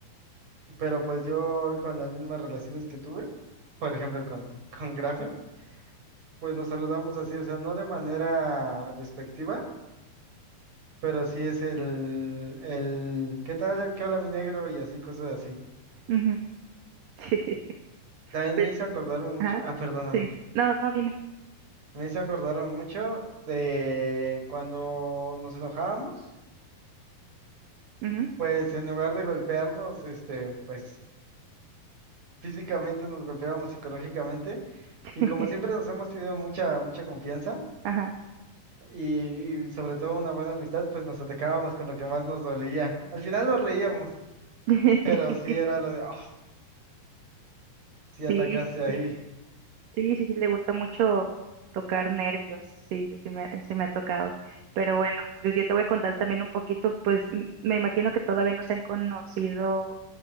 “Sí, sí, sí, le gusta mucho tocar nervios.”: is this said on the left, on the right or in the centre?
Right